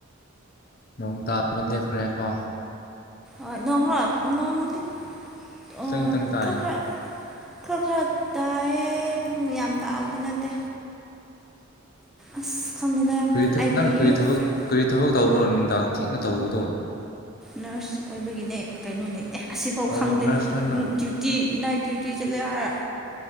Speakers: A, on the left; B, in the centre.
A: ꯅꯣꯡ ꯇꯥꯕ ꯂꯦꯞꯈ꯭ꯔꯦꯀꯣ
B: ꯑꯥ ꯅꯣꯡ ꯂꫭ ꯅꯣꯡꯗꯤ
A: ꯈꯤꯇꯪ
B: ꯑꯣ
A: ꯈꯤꯇꯪ ꯇꯥꯔꯤꯌꯦ
B: ꯈꯔꯥ ꯈꯔꯥ ꯈꯔꯥ ꯈꯔꯥ ꯇꯥꯏꯌꯦ ꯑꯗꯨꯝ ꯌꯥꯝ ꯇꯥꯕꯗꯤ ꯅꯠꯇꯦ ꯑꯁ ꯈꯪꯗ‌ꯦꯗ
A: ꯀꯔꯤ
B: ꯑꯩꯒꯤ
A: ꯅꯪ ꯀꯔꯤ ꯊꯕꯛ
B: ꯐꯔ‌ꯦ
A: ꯀꯔꯤ ꯊꯕꯛ ꯇꯧꯕ꯭ꯔꯣ ꯅꯨꯡꯗꯥꯡ ꯊꯦꯡꯅ ꯇꯧꯕꯗꯣ
B: ꯅꯔꯁ ꯑꯣꯏꯕꯒꯤꯅꯦ ꯀꯩꯅꯣꯅꯦ ꯑꯦ ꯑꯁꯤꯐꯥꯎ
A: ꯑꯣ
B: ꯈꯪꯗꯦ
A: ꯅꯔꯁꯇ ꯅꯪ
B: ꯗꯤꯌ꯭ ꯇꯤ ꯅꯥꯏꯠ ꯗꯤ꯭ꯌꯨꯇꯤ ꯆꯠꯂꯦ ꯍꯥꯏꯔꯥ